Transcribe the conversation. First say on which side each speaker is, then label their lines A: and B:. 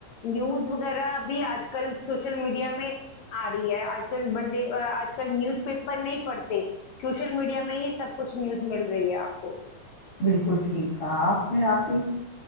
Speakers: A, on the left (about 70°); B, on the left (about 40°).
A: نیوز وغیرہ بھی آج کل سوشل میڈیا میں آ رہی ہے آج کل بندے آج کل نیوز پیپر نہیں پڑھتے سوشل میڈیا میں ہی سب کچھ نیوز مل رہی ہے آپ کو
B: بالکل ٹھیک ہے آپ نے آپ ہی